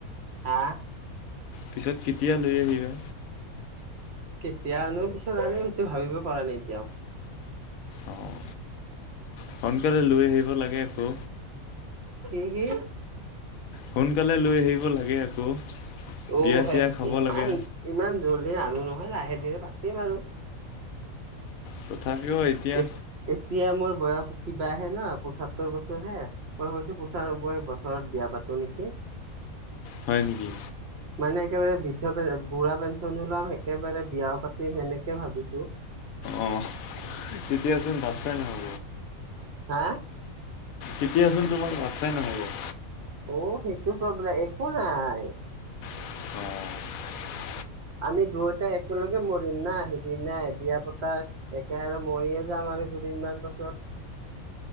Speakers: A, on the right; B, on the left.
A: হা
B: পিছত কেতিয়া লৈ আহিবা?
A: কেতিয়া আনো পিছত আনিম এইটো ভাবিব পৰা নাই এতিয়াও।
B: অঁ সোনকালে লৈ আহিব লাগে আকৌ।
A: কি কি?
B: সোনকালে লৈ আহিব লাগে আকৌ।
A: অ
B: বিয়া
A: হয়
B: চিয়া
A: নেকি
B: খাব লাগে
A: নাই ইমান জল্দি আনি নহয় লাহে ধীৰে পাতিম আৰু।
B: তথাপিও এতিয়া
A: এত এতিয়া মই বয়স কিবাহে না পচত্তৰ বছৰ হে, মই ভাবছো পঁচানব্বৈ বছৰত বিয়া পাতো নেকি?
B: হয় নেকি?
A: মানে একেবাৰে বৃদ্ধ পে বুঢ়া পেঞ্চনো লম একেবাৰে বিয়াও পাতিম সেনেকে ভাবিছো।
B: অ', তেতিয়াচোন বাটচাই নহ'ব।
A: হা
B: তেতিয়াচোন তোমাৰ বাটচায়ে নহ'ব।
A: অ', সেইটো প্ৰব্লেম একো নাই।
B: অ'
A: আমি দুয়োটা একেলগে মৰিম না, সিদিনাই বিয়া পতা একে আৰু মৰিয়ে যাম আৰু দুদিনমান পাছত।